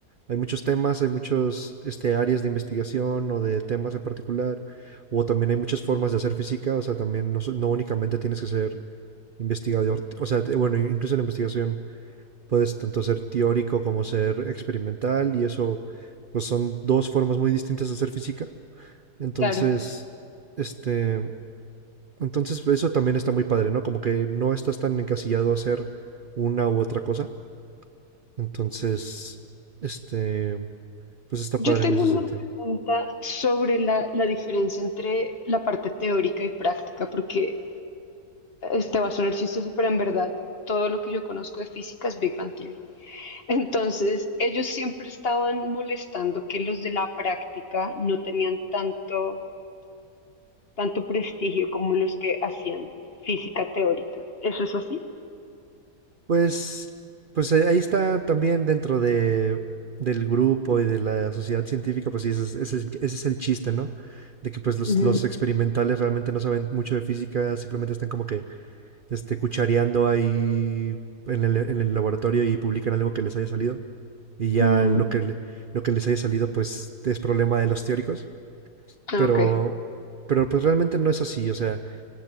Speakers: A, on the right (about 75°); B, on the left (about 40°).
A: Hay muchos temas, hay muchos este, áreas de investigación o de temas en particular, o también hay muchas formas de hacer física, o sea, también no, so- no únicamente tienes que ser investigador, t- o sea, te- bueno, incluso en la investigación puedes tanto ser teórico como ser experimental, y eso, pues son dos formas muy distintas de hacer física. Entonces,
B: Claro.
A: este, entonces pues, eso también está muy padre, ¿no? Como que no estás tan encasillado a hacer una u otra cosa. Entonces, este... Pues está
B: Yo
A: padre en
B: tengo
A: ese
B: una
A: sentido.
B: pregunta sobre la, la diferencia entre la parte teórica y práctica, porque este va a sonar chistoso, pero en verdad todo lo que yo conozco de física es Big Bang Theory. Entonces, ellos siempre estaban molestando que los de la práctica no tenían tanto, tanto prestigio como los que hacían física teórica. ¿Eso es así?
A: Pues, pues ahí ahí está también dentro de, del grupo y de la sociedad científica, pues sí, ese es, ese es- ese es el chiste, ¿no? De que pues los,
B: Ujú.
A: los experimentales realmente no saben mucho de física, simplemente están como que este, cuchareando ahí en el, en el laboratorio y publican algo que les haya salido. Y ya
B: Mm,
A: lo que, le- lo que les haya salido, pues es problema de los teóricos.
B: ok.
A: Pero, pero pues realmente no es así. O sea,